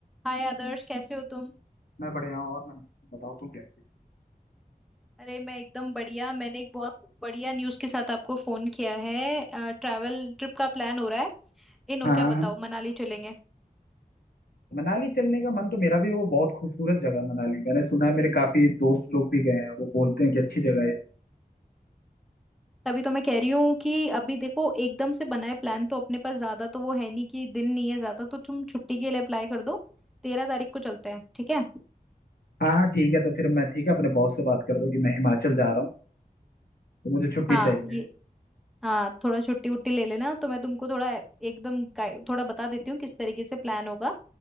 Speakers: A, in the centre; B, on the left.
A: हाय आदर्श कैसे हो तुम
B: मैं बढ़िया हूँ और मन बताओ तुम कैसे
A: अरे मैं एकदम बढ़िया मैंने एक बहुत बढ़िया न्यूज़ के साथ आपको फोन किया है ट्रैवल ट्रिप का प्लान हो रहा है इन हो
B: हाँ
A: क्या बताओ मनाली चलेंगे
B: मनाली चलने का मन तो मेरा भी वो बहुत खूबसूरत जगह है मनाली मैंने सुना है मेरे काफी दोस्त लोग भी गए हैं वो बोलते हैं कि अच्छी जगह है
A: तभी तो मैं कह रही हूँ कि अभी देखो एकदम से बनाए प्लान तो अपने पास ज्यादा तो वो है नहीं कि दिन नहीं है ज्यादा तो तुम छुट्टी के लिए अप्लाई कर दो तेरह तारीख को चलते हैं ठीक है
B: हाँ हाँ ठीक है तो फिर मैं ठीक है अपने बॉस से बात कर दूँ कि मैं हिमाचल जा रहा हूँ तो मुझे छुट्टी
A: हाँ
B: चाहिए
A: ये हाँ थोड़ा छुट्टी वुट्टी ले लेना तो मैं तुमको थोड़ा एकदम गाइ- थोड़ा बता देती हूँ किस तरीके से प्लान होगा